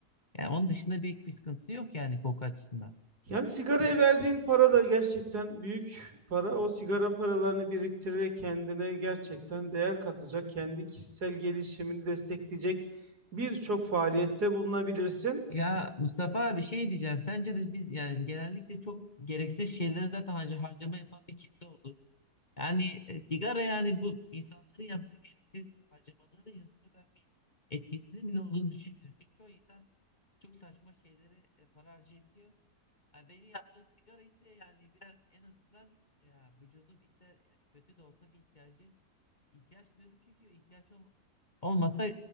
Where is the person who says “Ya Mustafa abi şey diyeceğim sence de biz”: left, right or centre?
Left